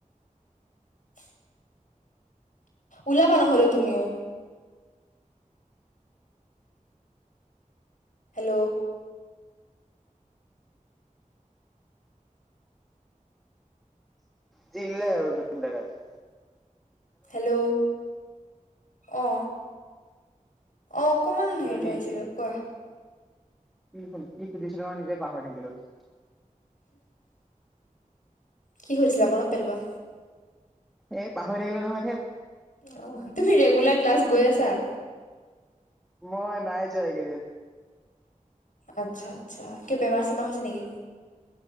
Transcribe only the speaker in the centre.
জিলাই কাত <unintelligible>
হেৰি
কি
কি খু কি খুধিছিলো মই নিজেই পাহৰি থাকিলো <unintelligible>
এ পাহৰি থাকিলো নহয় হ <unintelligible>
মই নাই যাইকেইদিন <unintelligible>